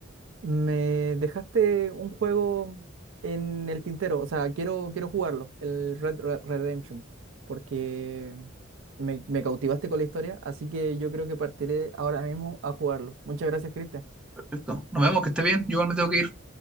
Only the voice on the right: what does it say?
Me dejaste un juego en el tintero, o sea, quiero, quiero jugarlo, el Red Red Redemption, porque me, me cautivaste con la historia, así que yo creo que partiré ahora mismo a jugarlo. Muchas gracias, Cristian.